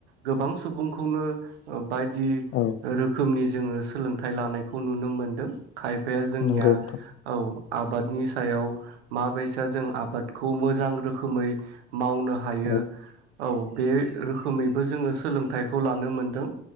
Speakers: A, on the right; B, on the left.
A: गोबां सुबुंखौनो बायदि
B: औ
A: रोखोमनि जोङो सोलोंथाइ लानायखौ नुनो मोनदों । खायफाया जोंनिया
B: नंगौ
A: औ
B: नोंथां
A: । आबादनि सायाव माबायसा जों आबादखौ मोजां रोखोमै मावनो हायो
B: औ
A: औ बे रोखोमै बो जोङो सोलोंथाइखौ लानो मोनदों